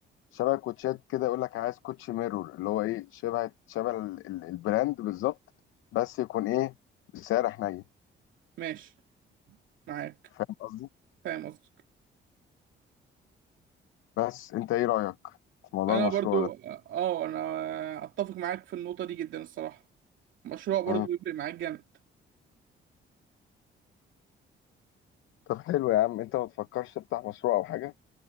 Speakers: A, on the left; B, on the right.
A: شبه كوتشات كده يقول لك عايز كوتش ميرور اللي هو ايه شبه شبه ال- ال- البراند بالظبط بس يكون ايه بسعر حنين
B: ماشي معاك
A: فاهم قصدي
B: فاهم قصدك
A: بس انت ايه رأيك في موضوع
B: انا
A: المشروع
B: برضو
A: ده
B: اه انا اتفق معاك في النقطه دي جدا الصراحه مشروع برضو
A: مم.
B: بيفرق معاك جامد
A: طب حلو يا عم انت ما تفكرش تفتح مشروع او حاجة